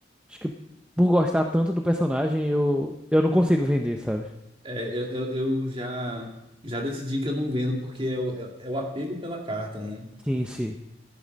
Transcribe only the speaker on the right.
É, eu, eu, eu já já decidi que eu não vendo porque é o, é, é o apego pela carta, né?